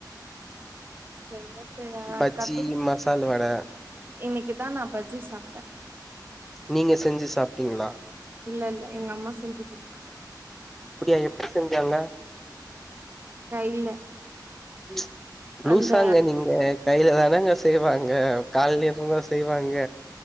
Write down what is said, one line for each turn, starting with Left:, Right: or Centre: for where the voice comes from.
Right: செய்ய தெரியா
Centre: பஜ்ஜி
Right: கத்து
Centre: மசால் வட
Right: இன்னைக்குதா நா பஜ்ஜி சாப்ட
Centre: நீங்க செஞ்சு சாப்டீங்களா
Right: இல்ல இல்ல எங்க அம்மா செஞ்சு குடுத்தாங்க
Centre: இப்புடியா எப்டி செஞ்சாங்க
Right: கைல
Centre: ம் லூசாங்க
Right: அந்த
Centre: நீங்க கையில தானாங்கஸ் செய்வாங்க கால்லியாங்க செய்வாங்க